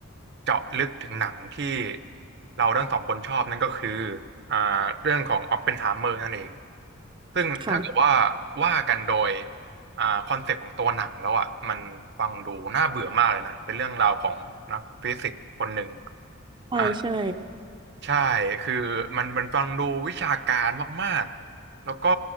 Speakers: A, on the right; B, on the right.
A: เจาะลึกถึงหนังที่เราทั้งสองคนชอบนั่นก็คืออ่าเรื่องของออปเพนไฮเมอร์นั่นเองซึ่งถ้าเกิดว่า
B: ค่ะ
A: ว่ากันโดย อ่าคอนเซ็ปต์ของตัวหนังแล้วอ่ะมันฟังดูน่าเบื่อมากเลยนะเป็นเรื่องราวของนักฟิสิกส์คนหนึ่ง
B: ใช่ใช่
A: อ่าใช่คือมันมันฟังดูวิชาการมากๆแล้วก็